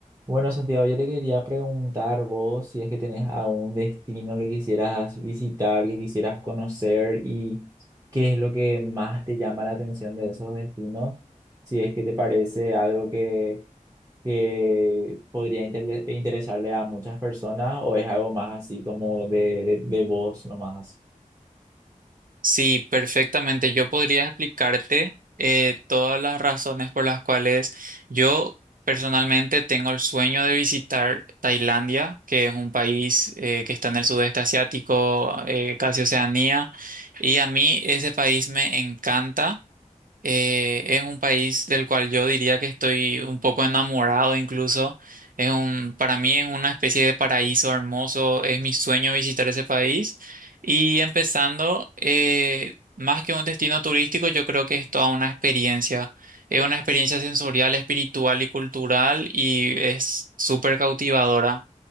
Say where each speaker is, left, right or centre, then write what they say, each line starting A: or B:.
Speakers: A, on the right (about 25°); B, on the right (about 80°).
A: Bueno, Santiago, yo te quería preguntar vos si es que tenés algún destino que quisieras visitar, que quisieras conocer y qué es lo que más te llama la atención de esos destinos, si es que te parece algo que, que podría interle- interesarle a muchas personas o es algo más así como de, de, de vos nomás.
B: Sí, perfectamente. Yo podría explicarte eh, todas las razones por las cuales yo personalmente tengo el sueño de visitar Tailandia, que es un país eh, que está en el sudeste asiático, eh, casi Oceanía, y a mí ese país me encanta. Eh, es un país del cual yo diría que estoy un poco enamorado incluso. Es un, para mí es una especie de paraíso hermoso. Es mi sueño visitar ese país. Y empezando, eh, más que un destino turístico, yo creo que es toda una experiencia. Es una experiencia sensorial, espiritual y cultural y es súper cautivadora.